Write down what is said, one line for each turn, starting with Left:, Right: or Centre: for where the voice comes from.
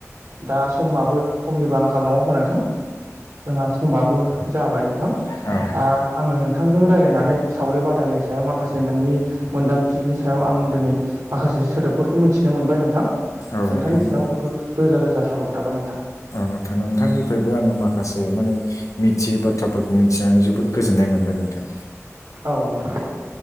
Right: दा समाबो समनिबो आंखाल नङा होमबा नोंथां? जोंहा समाबो जाबाय नोंथां
Left: औ
Right: आ आङो नोंथांजों रायलायनानै सावरि-बादालिनि सायाव माखासे नोंनि मोन्दांथिनि सायाव आं दिनै माखासे सोदोबफोरखौ मिथिनो मोनबाय नोंथां
Left: औ
Right: नोंथांनि
Left: नोंथां औ
Right: सायाव गो रोजा रोजा साबायखर थाबाय नोंथां
Left: नोंथां नोंथांनिफ्रायबो आङो माखासे माने मिथियै बाथ्राफोरखौ मिथिनानै जोबोद गोजोननाय मोनबाय नोंथां
Right: औ नंगौ